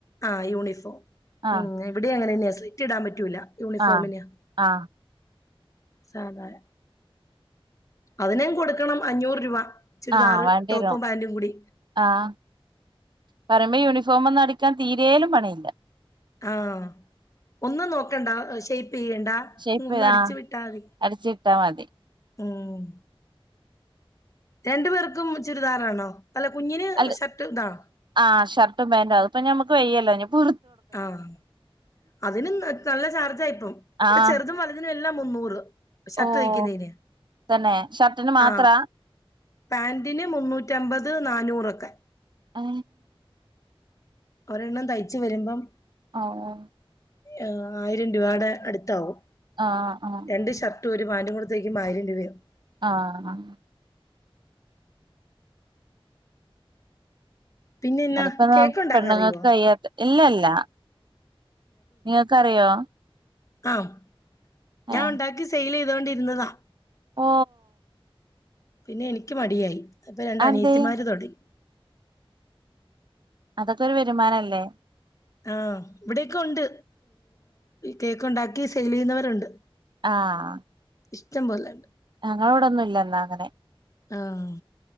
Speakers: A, on the left; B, on the right.
A: ആഹ് യൂണിഫോം
B: ആഹ്
A: ഉം ഇവിടെ അങ്ങനെന്നെ സിറ്റ് ഇടാൻ പറ്റൂല യൂണിഫോമെനെയ
B: ആഹ് ആഹ്
A: സാധായ അതിനും കൊടുക്കണം അഞ്ഞൂറ് രൂപ ചുരിദാറ്
B: ആഹ് വേണ്ടിവരും
A: ടോപ്പും പാന്റും കൂടി
B: ആഹ് പറിമ്പൊ യൂണിഫോംമൊന്നും അടിക്കാൻ തീരേലും പണിയില്ല
A: ആഹ് ഒന്നും നോക്കണ്ട ഷേപ്പ് യ്യേണ്ട
B: ഷേപ്പ്
A: ഒന്നടിച്ചു
B: ആഹ്
A: വിട്ടാതി
B: അടിച്ചിട്ടാ മതി
A: ഉം രണ്ടു പേർക്കും ചുരിദാറാണോ അല്ല കുഞ്ഞിന്
B: അല്ല
A: ഷർട്ട് ഇതാണോ
B: ആഹ് ഷർട്ടും പാന്റും അത്പ്പൊ നമുക്ക് വെയ്യല്ലോ നി പു
A: ആഹ് അതിനും നല്ല ചാർജായിപ്പം ഇവിടെ
B: ആഹ്
A: ചെറ്തും വലതിനും എല്ലാം മുന്നൂറ് ഷർട്ട്
B: ഓഹ്
A: തൈയ്ക്കുന്നെന്
B: തന്നെ ഷർട്ടിന് മാത്രാ
A: ആ പാന്റിന് മുന്നൂറ്റിമ്പത് നാന്നൂറൊക്കെ
B: അ
A: ഒരെണ്ണം തൈയ്ച്ച് വരുമ്പം
B: ഓ ഓ
A: ആഹ് ആയിരം രൂപയുടെ അടുത്താവും
B: ആഹ് ആഹ്
A: രണ്ട് ഷർട്ട് ട്ട് ഒരു പാന്റും കൂടെ തൈകുമ്പം ആയിരം രൂപവരും
B: ആഹ് ആഹ്
A: പിന്നെ എന്നാ
B: അതിപ്പോ
A: കേക്ക് ഉണ്ടാക്കാൻ
B: പെണ്ണുങ്ങൾക്ക്
A: അറിയോ
B: കയ്യാത്ത ഇല്ലല്ല നിങ്ങൾക്കറിയോ
A: ആഹ് ഞാൻ
B: ഏ
A: ഉണ്ടാക്കി സെയിൽ ചെയ്തോണ്ടിരുന്നതാ
B: ഓ
A: പിന്നെ എനിക്ക് മടിയായി ഇപ്പം രണ്ട്
B: അതെന്തേ
A: അനിയത്തിമാർ തുടങ്ങി
B: അതൊക്കെ ഒരു വരുമാനല്ലേ
A: ആഹ് ഇവിടേക്കെ ഉണ്ട് കേക്ക് ഉണ്ടാക്കി സെയിൽ ചെയ്യുന്നവരുണ്ട്
B: ആഹ്
A: ഇഷ്ടംപോലെ
B: ഞങ്ങളവിടൊന്നും ഇല്ലന്നാ അങ്ങനെ
A: ആഹ്